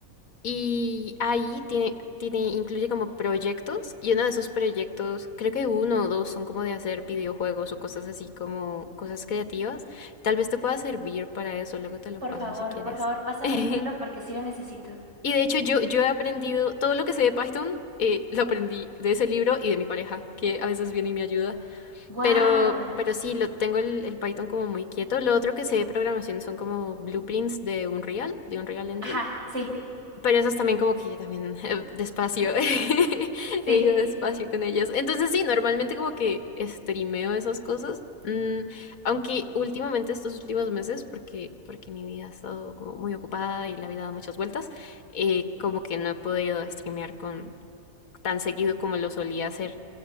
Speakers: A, on the left; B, on the right.
A: Y ahí tiene, tiene, incluye como proyectos, y uno de esos proyectos, creo que uno o dos son como de hacer videojuegos o cosas así como cosas creativas. Tal vez te pueda servir para eso, luego te lo
B: Por
A: paso
B: favor,
A: si quieres.
B: por favor, pásame
A: <laughs>
B: el título porque sí lo necesito.
A: Y de hecho yo, yo he aprendido, todo lo que sé de Python, eh, lo aprendí de ese libro y de mi pareja, que a veces viene y me ayuda.
B: ¡Wow!
A: Pero, pero sí, lo, tengo el, el Python como muy quieto. Lo otro que sé de programación son como blueprints de Unreal, de Unreal Engine.
B: Ajá, sí,
A: Pero esos también como que también eh, despacio, <laughs>
B: sí.
A: he ido despacio con ellos. Entonces sí, normalmente como que streameo esas cosas, Mm, aunque últimamente estos últimos meses, porque, porque mi vida ha estado como muy ocupada y la vida da muchas vueltas, eh, como que no he podido streamear con tan seguido como lo solía hacer.